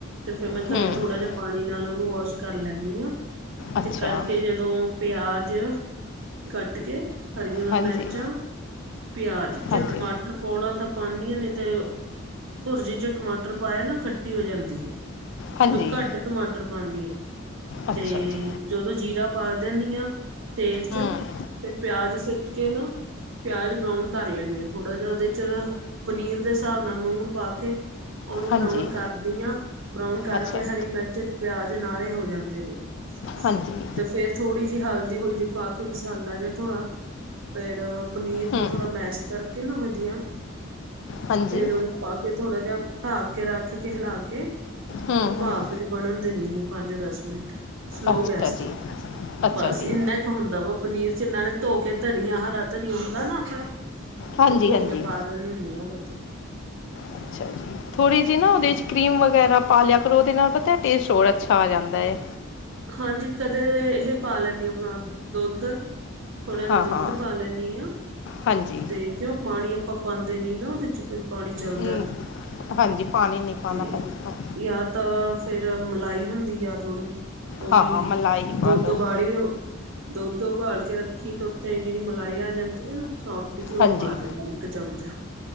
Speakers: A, on the right (about 65°); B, on the left (about 60°).
A: ਤੇ ਫਿਰ ਮੈਂ
B: ਹੂੰ
A: ਘਰੇ ਥੋੜ੍ਹਾ ਜਾ ਪਾਣੀ ਨਾਲ ਉਹਨੂੰ ਵੋਸ਼ ਕਰ ਲੈਨੀ ਆਂ,
B: ਅੱਛਾ
A: ਤੇ ਕਰਕੇ ਜੇ ਦੋ ਪਿਆਜ ਕੱਟ ਕੇ ਹਰੀਆਂ
B: ਹਾਂਜੀ
A: ਮਿਰਚਾਂ, ਪਿਆਜ, ਜੇ
B: ਹਾਂਜੀ
A: ਟਮਾਟ ਟਰ ਪਾਉਣਾ ਤਾਂ ਪਾਨੀ ਆਂ, ਨਹੀਂ ਤੇ ਭੁਰਜੀ ਚ ਟਮਾਟਰ ਪਾਇਆ ਨਾ ਖੱ ਖੱਟੀ ਹੋ ਜਾਂਦੀ ਐ,
B: ਹਾਂਜੀ
A: ਫਿਰ ਘੱਟ ਟਮਾਟਰ ਪਾਂਦੀ ਹਾਂ,
B: ਅੱਛਾ
A: ਤੇ
B: ਜੀ
A: ਜਦੋਂ ਜੀਰਾ ਪਾ ਦਿੰਨੀ ਹਾਂ ਤੇਲ ਚ,
B: ਹੂੰ
A: ਫਿਰ ਪਿਆਜ਼ ਸੁੱਟ ਕੇ ਨਾ ਪਿਆਜ ਬਰਾਊਨ ਕਰ ਲੈਨੀ ਆਂ ਥੋੜ੍ਹਾ ਜਾ ਉਹਦੇ ਚ। ਪਨੀਰ ਦੇ ਹਿਸਾਬ ਨਾਲ ਨੂਣ ਪਾ ਕੇ ਉਹਨੂੰ
B: ਹਾਂਜੀ
A: ਬਰਾਊਨ ਕਰਦੀ ਆਂ, ਬਰਾਊਨ ਕਰਕੇ
B: ਅੱਛਾ
A: ਹਰੀ ਮਿਰਚ ਤੇ ਪਿਆਜ ਨਾਲੇ ਹੋ ਜਾਂਦੇ ਨੇ। <unintelligible>
B: ਹਾਂਜੀ
A: ਤੇ ਫੇਰ ਥੋੜ੍ਹੀ ਜਿਹੀ ਹਲਦੀ-ਹੁਲਦੀ ਪਾ ਕੇ ਮਸਾਲਾ ਜਿਹਾ ਥੋੜ੍ਹਾ, ਫੇਰ ਪਨੀਰ
B: ਹੂੰ
A: ਨੂੰ ਥੋੜ੍ਹਾ ਮੈਸ਼ ਕਰਕੇ ਨਾ ਵਧੀਆ,
B: ਹਾਂਜੀ
A: ਫਿਰ ਉਹਨੂੰ ਪਾ ਕੇ ਥੋੜਾ ਜਿਹਾ ਢੱਕ ਕੇ, ਰੱਖ ਕੇ, ਹਿਲਾ ਕੇ,
B: ਹੂੰ
A: ਤੇ
B: ਹੂੰ
A: ਭਾਫ਼ ਬਣਨ ਦਿੰਨੀ ਆ ਪੰਜ ਦਸ ਮਿੰਟ, ਸਲੋਅ
B: ਅੱਛਾ
A: ਗੈਸ
B: ਜੀ
A: ਤੇ।
B: ਅੱਛਾ
A: ਬਸ
B: ਜੀ
A: ਇੰਨਾ ਕ ਹੁੰਦਾ ਵਾ ਪਨੀਰ ਚ, ਨਾਲੇ ਧੋ ਕੇ ਧਨੀਆ ਹਰਾ ਧਨੀਆ ਹੁੰਦਾ ਨਾ ਆਪਣਾ
B: ਹਾਂਜੀ-ਹਾਂਜੀ।
A: ਉਹ ਧੋ <inaudible>
B: ਅੱਛਾ ਜੀ। ਥੋੜ੍ਹੀ ਜੀ ਨਾ ਉਹਦੇ
A: ਹਾਂਜੀ
B: ਚ ਕਰੀਮ ਵਗੈਰਾ ਪਾ ਲਿਆ ਕਰੋ, ਉਹਦੇ ਨਾਲ ਪਤਾ ਟੇਸਟ ਹੋਰ ਅੱਛਾ ਆ ਜਾਂਦਾ ਏ।
A: ਹਾਂਜੀ, ਕਦੇ ਇਹ ਪਾ ਲੈਂਦੀ ਆਪਣਾ ਦੁੱਧ। ਥੋੜਾ ਜਾ
B: ਹਾਂ
A: ਦੁੱਧ
B: ਹਾਂ
A: ਪਾ ਲੈਂਨੀ ਆਂ
B: ਹਾਂਜੀ
A: ਤੇ ਕਿਉਂ ਪਾਣੀ ਆਪਾਂ ਪਾਂਦੇ ਨੀ ਨਾ ਉਹਦੇ ਚ ਫੇਰ। ਪਾਣੀ ਚੱਲਦਾ
B: ਹੂੰ,
A: ਨੀ
B: ਹਾਂਜੀ ਪਾਣੀ ਨਹੀਂ ਪਾਉਣਾ
A: ਤੇ
B: ਪੈਂਦਾ
A: ਜਾ ਤਾਂ ਫੇਰ ਮਲਾਈ ਹੁੰਦੀ ਆ ਥੋੜ੍ਹੀ। ਉਹ
B: ਹਾਂ
A: ਵੀ
B: ਹਾਂ ਮਲਾਈ ਪਾ
A: ਦੁੱਧ
B: ਲਓ
A: ਬਾਲੀ ਹੋ ਦੁੱਧ ਉਬਾਲ ਕੇ ਰੱਖੀ, ਤੇ ਉੱਤੇ ਜਿਹੜੀ ਮਲਾਈ ਆ ਜਾਂਦੀ ਐ ਨਾ ਸੋਫਟ ਜਿਹੀ, ਉਹ
B: ਹਾਂਜੀ
A: ਪਾ ਦਿੰਨੀ ਆਂ ਇੱਕ ਚਮਚਾ।